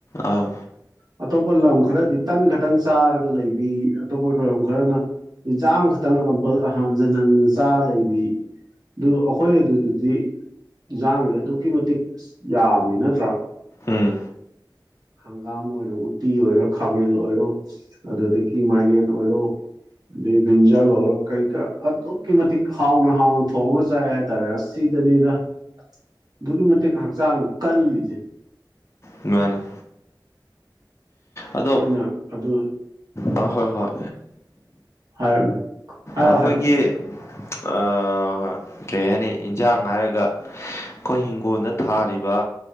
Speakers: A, on the left (about 35°); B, on the right (about 55°).
A: ꯑꯥ
B: ꯑꯇꯣꯞꯄ ꯂꯝ ꯈꯔꯗꯤ ꯇꯟ ꯈꯛꯇꯪ ꯆꯥꯔꯒ ꯂꯩꯕꯤ ꯑꯇꯣꯞꯄ ꯈꯔꯅ ꯌꯦꯟꯖꯥꯡꯈꯛꯇꯪ ꯀꯝꯄꯜ ꯍꯟꯖꯤꯟ ꯍꯟꯖꯤꯟ ꯆꯥꯔ ꯂꯩꯕꯤ ꯑꯗꯨ ꯑꯩꯈꯣꯏ ꯑꯗꯨꯗꯗꯤ ꯏꯟꯖꯥꯡꯁꯦ ꯑꯗꯨꯛꯀꯤ ꯃꯇꯤꯛ ꯌꯥꯝꯃꯤꯅ ꯇꯔꯥ
A: ꯎꯝ
B: ꯍꯪꯒꯥꯝ ꯑꯣꯏꯔꯣ ꯎꯇꯤ ꯑꯣꯏꯔꯣ ꯈꯥꯃꯦꯟ ꯑꯣꯏꯔꯣ ꯑꯗꯨꯗꯒꯤ ꯃꯥꯏꯔꯦꯟ ꯑꯣꯏꯔꯣ ꯗꯩ ꯕꯔꯤꯟꯖꯥꯜ ꯑꯣꯏꯔꯣ ꯀꯔꯤ ꯀꯔꯥꯛ ꯑꯗꯨꯛꯀꯤ ꯃꯇꯤꯛ ꯍꯥꯎꯅ ꯍꯥꯎꯅ ꯊꯣꯡꯉ ꯆꯏ ꯍꯥꯏꯇꯥꯔꯦ ꯑꯁ ꯁꯤꯗꯅꯤꯅ ꯑꯗꯨꯛꯀꯤ ꯃꯇꯤꯛ ꯍꯛꯆꯥꯡꯗ ꯀꯜꯂꯤꯁꯦ
A: ꯃꯥꯅꯦ ꯑꯗꯣ
B: ꯑꯩꯈꯣꯏꯅ ꯑꯗꯨ
A: ꯑꯥ ꯍꯣꯏ ꯍꯣꯏ
B: ꯍꯥꯏꯔꯣꯅꯦ ꯍꯥꯏꯔꯣ
A: ꯑꯩꯈꯣꯏꯒꯤ
B: ꯍꯥꯏꯔꯣ
A: ꯑꯥ ꯀꯔꯤ ꯍꯥꯏꯅꯤ ꯏꯟꯖꯥꯡ ꯍꯥꯏꯔꯒ ꯑꯩꯈꯣꯏ ꯍꯤꯡꯒꯣꯜꯗ ꯊꯥꯔꯤꯕ